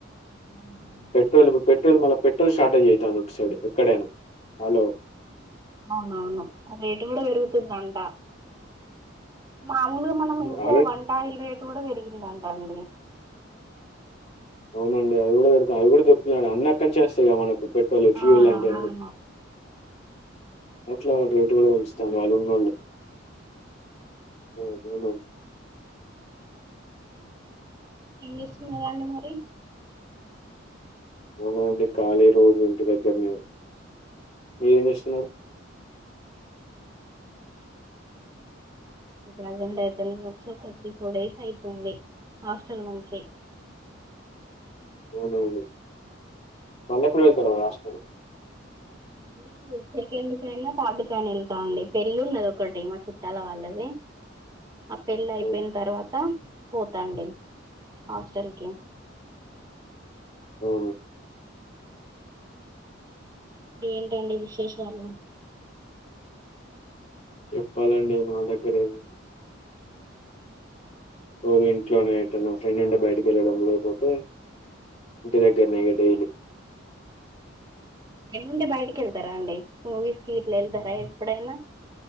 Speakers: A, on the right; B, on the left.
A: అవునా
B: పెట్రోల్ ఇప్పుడు పెట్రోల్ మళ్ పెట్రోల్ షార్టేజ్ అవుతాంది ఒక సైడ్ ఎక్కడైనా హల్ ఓవర్
A: అవునవును రేటు కూడా పెరుగుతుందంటా మామూలుగా మనం ఇంట్లో
B: ఆల్రెడీ
A: వంటయిల్ రేటు కూడా పెరిగిందంట అండి
B: అవునండి అవి కూడా దొరకవు అవి కూడా దొక్కుతునాయి అన్ని అకాడినుంచే వస్తాయి కదా మనకు పెట్రోలే
A: ఆ
B: ఫ్యూల్ లాంటివన్నీ
A: అవును
B: అట్లా రేటు
A: అందుకే
B: కూడా పెంచుతాడు
A: అన్ని రేట్లు
B: వాలున్న
A: పెరిగిపోతున్నాయి
B: వాళ్ళు ఓ అవున
A: ఏం చేస్తున్నరు అండి మరి
B: <unintelligible> కాలి రోజు ఇంటి దగ్గరని మీరేం చేస్తున్నారు
A: ప్రజెంట్ అయితే నే వచ్చి ఒక త్రీ ఫోర్ డేస్ అయితుంది హాస్టల్ నుంచి
B: <unintelligible>
A: మళ్ళీ సెకండ్ కైనా థార్డ్ కైనా వెళ్తాండి పెళ్ళి ఉన్నది ఒకటిమ చుట్టాల వాళ్ళది ఆ పెళ్ళి అయిపోయిన
B: అవును.
A: తర్వాత పోతండే హాస్టల్కి
B: ఓ
A: ఏంటండి విశేషాలు
B: చెప్పాలండి నా దగ్గరేమి ఓ ఇంట్లోనే అట్ట నా ఫ్రెండ్ ఉండే బయటకి వెళ్ళడం లేకపోతే ఇంటి దగ్గరనే క డై
A: ఉ ఏముంటే బయటికి వెళ్తారా అండి మూవీస్ కి ఇట్లా వెళ్తారా ఎప్పుడైనా